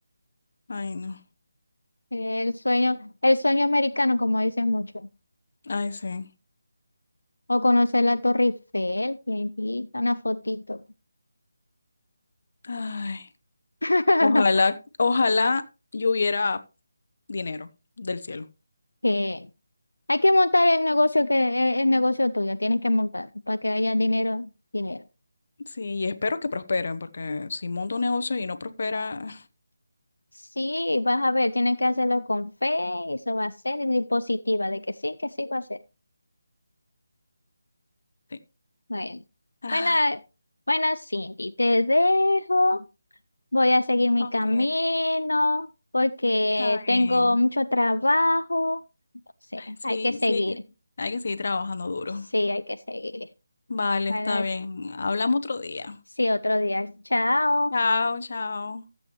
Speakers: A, on the left; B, on the left.
A: ay, no.
B: El sueño, el sueño americano, como dicen muchos.
A: Ay, sí.
B: O conocer la Torre Eiffel, tientita, una fotito.
A: Ay.
B: <laughs>
A: Ojalá, ojalá yo hubiera dinero del cielo.
B: Que hay que montar el negocio que, e, el negocio tuyo, tienes que montar para que haya dinero, dinero.
A: Sí, y espero que prosperen, porque si monto un negocio y no prospera,
B: Sí, vas a ver, tienes que hacerlo con fe, eso va a ser, y positiva, de que sí, que sí va a ser.
A: <laughs> sí.
B: Bueno,
A: Ah,
B: bueno, eh, bueno, Cindy, te dejo, voy a seguir mi
A: ok,
B: camino, porque
A: está bien.
B: tengo mucho trabajo, sí,
A: Sí,
B: hay que seguir,
A: sí, hay que seguir trabajando duro.
B: sí, hay que seguir.
A: Vale,
B: Bueno,
A: está bien. Hablamos otro día.
B: sí, otro día, chao.
A: Chao, chao.